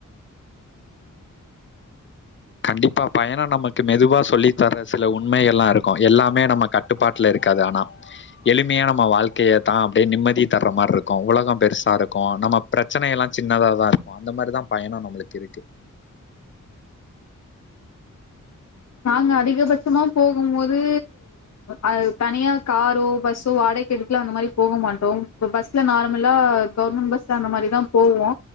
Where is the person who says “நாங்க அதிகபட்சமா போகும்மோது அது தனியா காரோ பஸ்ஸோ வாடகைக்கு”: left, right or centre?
Left